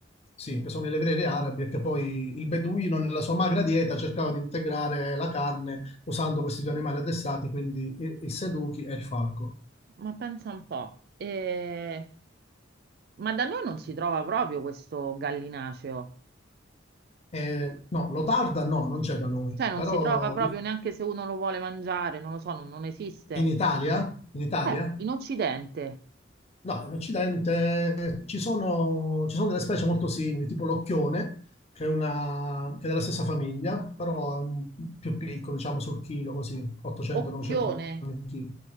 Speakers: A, on the left; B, on the right.
A: sì, che sono le vere arabe, che poi il beduino nella sua magra dieta cercava di integrare la carne usando questi due animali addestrati, quindi i- il seduchi e il falco.
B: ma pensa un po'. Eh, Ma da noi non si trova proprio questo gallinaceo.
A: Eh, no, l'otarda no, non c'è da noi,
B: Cioè non
A: però
B: si trova proprio
A: di-
B: neanche se uno lo vuole mangiare, non lo so, non, non esiste.
A: in Italia, in Italia,
B: Eh, in Occidente,
A: no, in Occidente eh, ci sono, ci sono delle specie molto simili, tipo l'occhione, che è, una, che è della stessa famiglia, però è un- più piccolo, diciamo sul chilo, così, 800-900
B: occhione.
A: grammi al chilo.